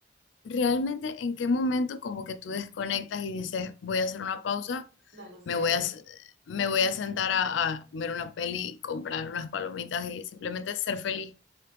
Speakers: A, on the left; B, on the right.
A: realmente en qué momento como que tú desconectas y dices, voy a hacer una pausa,
B: no lo sé.
A: me voy a, s- me voy a sentar a, a ver una peli, comprar unas palomitas y simplemente ser feliz.